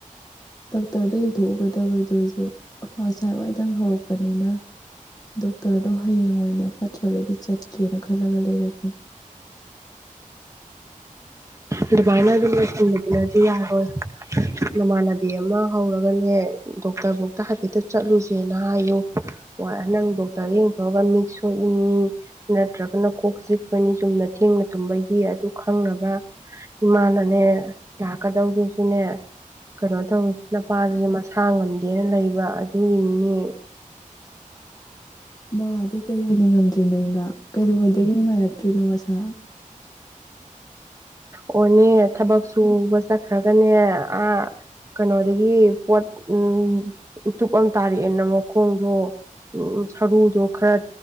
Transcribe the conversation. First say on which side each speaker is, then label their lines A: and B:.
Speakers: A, on the left (about 25°); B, on the right (about 20°).
A: ꯇꯥꯛ ꯇꯔ ꯊꯣꯛꯒꯗꯕ ꯑꯗꯨ ꯑꯗꯨ ꯉꯁꯥꯏ ꯋꯥꯏꯗꯪ ꯍꯧꯔꯛꯄꯅꯤꯅ ꯗꯣꯛꯇꯔꯗꯣ ꯍꯌꯦꯡ ꯑꯣꯏꯅ ꯐꯠꯇ꯭ꯔꯒꯗꯤ ꯆꯠꯀ ꯀꯦꯅ ꯈꯜꯂꯒ ꯂꯩꯔꯝꯃꯤꯅꯦ
B: ꯑꯗꯨꯃꯥꯏꯅ ꯑꯗꯨꯝꯅꯗꯤ ꯌꯥꯔꯣꯏ ꯅꯃꯥꯟꯅꯕꯤ ꯑꯃ ꯍꯧꯔꯒꯅꯦ ꯗꯣꯛꯇꯔꯐꯧꯇ ꯍꯥꯏꯐꯦꯠꯇ ꯆꯠꯂꯨꯁꯦꯅ ꯍꯥꯏꯌꯨ ꯋꯥꯔ ꯅꯪ ꯇꯔꯗꯒꯤ ꯒꯥꯟ ꯃꯤꯆꯣꯏ ꯎꯝ ꯅꯠꯇ꯭ꯔ ꯀꯅ ꯀꯣꯛꯁꯤ ꯣꯏꯅꯤ ꯆꯨꯝꯅ ꯊꯦꯡꯅ ꯇꯨꯝꯕꯒꯤ ꯒꯤꯤ ꯑꯗꯨ ꯈꯪꯅꯕ ꯏꯃꯥꯅꯅꯦ ꯂꯥꯛꯀꯗꯧꯗꯨꯁꯨꯅꯦ ꯀꯩꯅꯣ ꯇꯧꯋꯤ ꯅꯄꯥꯁꯤꯁꯨ ꯃꯁꯥ ꯉꯝꯗꯦꯅ ꯂꯩ ꯑꯗꯨꯒꯤꯅꯤꯅꯦ
A: ꯕꯕꯥꯗꯤ ꯀꯔꯤ ꯑꯣꯏꯅ ꯉꯝꯗ꯭ꯔꯤꯅꯣ ꯏꯃꯥ ꯀꯩꯗꯧꯉꯩꯗꯒꯤ ꯅꯨꯡꯉꯥꯏꯔꯛꯇ꯭ꯔꯤꯅꯣ ꯃꯁꯥ
B: ꯑꯣꯅꯦ ꯊꯕꯛ ꯁꯨꯕ ꯆꯠꯈ꯭ꯔꯒꯅꯦ ꯑ ꯀꯩꯅꯣꯗꯒꯤ ꯄꯣꯠ ꯎ ꯎꯇꯨꯞ ꯑꯃ ꯇꯥꯔꯛꯑꯦꯅ ꯃꯈꯣꯡꯗꯣ ꯎ ꯁꯔꯨꯗꯣ ꯈꯔ